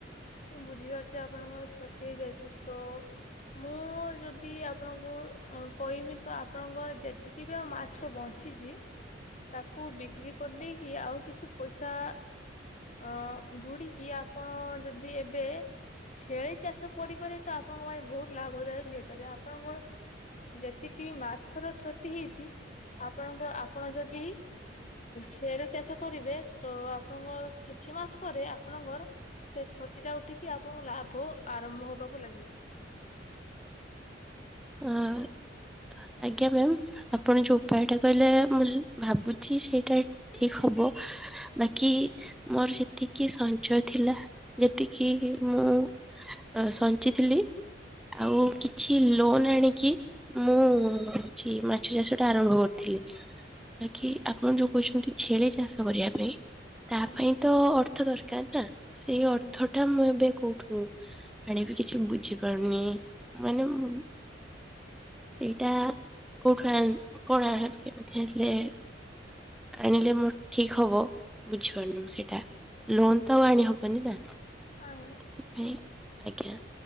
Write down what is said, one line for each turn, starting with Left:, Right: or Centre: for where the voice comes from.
Left: ମୁଁ ବୁଝିପାରୁଛି ଆପଣଙ୍କର କ୍ଷତି ହେଇଯାଇଛି ତ ମୁଁ ଯଦି ଆପଣଙ୍କୁ କହିମି ତ ଆପଣଙ୍କ ଯେତିକି କିମ୍ବା ମାଛ ବଞ୍ଚିଛି ତାକୁ ବିକ୍ରି କରିଦେଇକି ଆଉ କିଛି ପଇସା ଅ ଯୋଡିକି ଆପଣ ଯଦି ଏବେ ଛେଳି ଚାଷ କରିପାରିବେତ ଆପଣଙ୍କ ପାଇଁ ବହୁତ ଲାଭଦାୟକ ହେଇପାରିବ ଆପଣଙ୍କ ଯେତିକି ମାଛର କ୍ଷତି ହେଇଛି। ଆପଣଙ୍କ ଆପଣ ଯଦି ଛେଳି ଚାଷ କରିବେ ତ ଆପଣଙ୍କ କିଛି ମାସ ପରେ ଆପଣଙ୍କର ସେ କ୍ଷତି ଟା ଉଠିକି ଆପଣଙ୍କ ଲାଭ ଆରମ୍ଭ ହବାକୁ ଲାଗିବ।
Centre: ଆଁ ଆଜ୍ଞା ମ୍ୟାମ୍ ଆପଣ ଯେଉଁ ଉପାୟଟା କହିଲେ ମୁଁ ଭାବୁଛି ସେଇଟା ଠିକ ହବ ବାକି ମୋର ସେତିକି ସଞ୍ଚୟ ଥିଲା ଯେତିକି ମୁଁ ସଞ୍ଚିଥିଲି ଆଉ କିଛି ଲୋନ୍ ଆଣିକି ମୁଁ କିଛି ମାଛ ଚାଷ ଟା ଆରମ୍ଭ କରିଥିଲି। ବାକି ଆପଣ ଯୋଉ କହୁଛନ୍ତି ଛେଳି ଚାଷ କରିବା ପାଇଁ ତା
Left: ଆଜ୍ଞା
Centre: ପାଇଁ ତ ଅର୍ଥ ଦରକାର ନା ସେଇ ଅର୍ଥ
Left: ଆଜ୍ଞା
Centre: ଟା ମୁଁ ଏବେ କୋଉଠୁ ଆଣିବି କିଛି ବୁଝିପାରୁନି। ମାନେ ମୁଁ ସେଇଟା କୋଉଠୁ ଆଣ କଣ ଆଣ କେମିତି ହେଲେ ଆଣିଲେ ମୋର ଠିକ ହବ ବୁଝିପାରୁନି ମୁଁ ସେଇଟା। ଲୋନ୍ ତ ଆଉ ଆଣି ହେବନି ନା।
Left: ଆଇଁ
Centre: ସେଥିପାଇଁ ଆଜ୍ଞା।